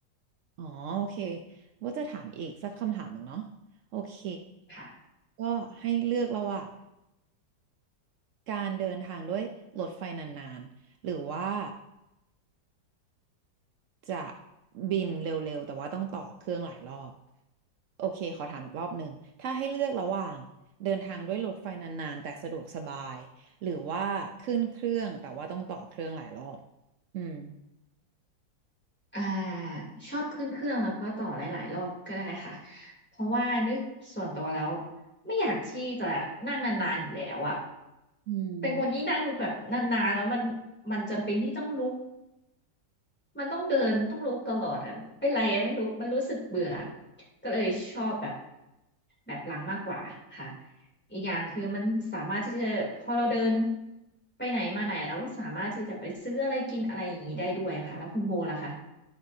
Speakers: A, on the right; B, in the centre.
A: อ๋อโอเคว่าจะถามอีกสักคำถามหนึ่งเนาะโอเค
B: ค่ะ
A: ก็ให้เลือกระหว่างการเดินทางด้วยรถไฟนานๆหรือว่า จะบินเร็วๆแต่ว่าต้องต่อเครื่องหลายรอบโอเคขอถามอีกรอบหนึ่งถ้าให้เลือกระหว่างเดินทางด้วยรถไฟนานๆแต่สะดวกสบายหรือว่าขึ้นเครื่องแต่ว่าต้องต่อเครื่องหลายรอบอืม
B: อ่าชอบขึ้นเครื่องแล้วก็ต่อหลายๆรอบก็ได้ค่ะเพราะว่าด้วยส่วนตัวแล้วไม่อยากที่จะนั่งนานๆอยู่แล้วอ่ะ
A: อืม
B: เป็นคนที่นั่งแบบนานๆแล้วมันมันจำเป็นที่ต้องลุกมันต้องเดินต้องลุกตลอดอ่ะเป็นไรอะไม่รู้มันรู้สึกเบื่อก็เลยชอบแบบแบบหลังมากกว่าค่ะอีกอย่างคือมันสามารถที่จะพอเราเดินไปไหนมาไหนเราก็สามารถที่จะไปซื้ออะไรกินอะไรอย่างนี้ได้ด้วยค่ะแล้วคุณโบล่ะคะ